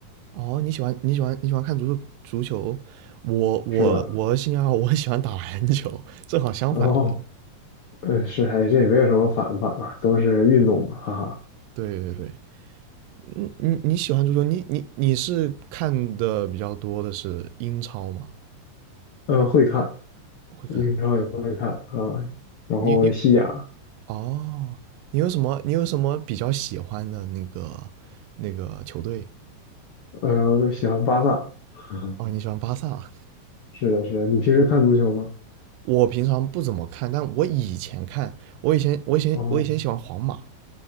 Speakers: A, on the right; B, on the left.
A: 哦，你喜欢你喜欢你喜欢看足球足球？我我我兴趣爱好我喜欢打篮球，
B: 是的，
A: 正好相反的。
B: 然后呃，是，还这也没有什么反不反吧，都是运动嘛，哈哈。
A: 对对对，嗯你你喜欢足球？你你你是看的比较多的是英超吗？
B: 呃，会看
A: 会看。
B: 英超也会看啊，然后西甲，
A: 你你哦，你有什么你有什么比较喜欢的那个那个球队？
B: 呃，喜欢巴萨。<laughs>
A: 哦，你喜欢巴萨？
B: 是的，是的，你平时看足球吗？
A: 我平常不怎么看，但我以前看，我以前我以前我以前喜欢皇马，
B: 哦